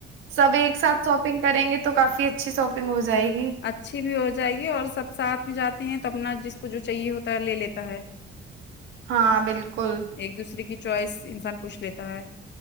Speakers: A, on the right; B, on the left.
A: سب ایک ساتھ شاپنگ کریں گے تو کافی اچھی شاپگ ہو جائے گی
B: اچھی بھی ہو جائے گی اور سب ساتھ بھی جاتے ہیں تو اپنا جس کو جو چاہیے ہوتا ہے لے لیتا ہے
A: ہاں بالکل
B: ایک دوسرے کی چوائس انسان پوچھ لیتا ہے